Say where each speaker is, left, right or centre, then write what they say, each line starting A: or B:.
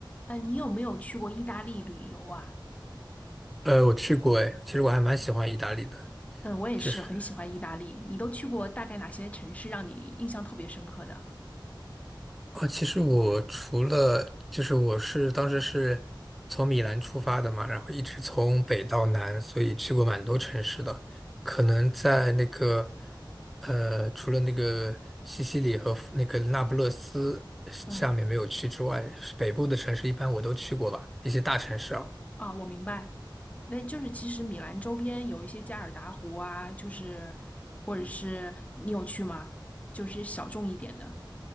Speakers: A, on the left (about 15°); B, in the centre.
A: 哎，你有没有去过意大利旅游啊？
B: 呃，我去过哎，其实我还蛮喜欢意大利的，
A: 嗯，我也是很喜欢意大利。
B: 就是
A: 你都去过大概哪些城市让你印象特别深刻的？
B: 啊，其实我除了就是我是当时是从米兰出发的嘛，然后一直从北到南，所以去过蛮多城市的。可能在那个呃，除了那个西西里和那个那不勒斯下面没有去之外，
A: 嗯，
B: 北部的城市一般我都去过吧，一些大城市啊。
A: 啊，我明白。那就是其实米兰周边有一些加尔达湖啊，就是或者是你有去吗？就是小众一点的。